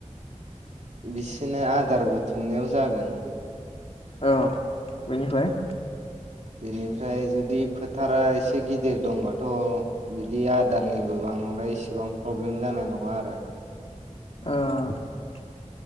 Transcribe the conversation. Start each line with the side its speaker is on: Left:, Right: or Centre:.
Right: बिसिनो आदार बुथुमनायाव जागोन।
Left: औ बेनिफ्राय?
Right: बिनिफ्राय जुदि फोथारा एसे गिदिर दंबाथ' बिदि आदारनिबो बांद्राय एसे सेबां प्रब्लेम जानाय नङा आरो।
Left: ओ <unintelligible>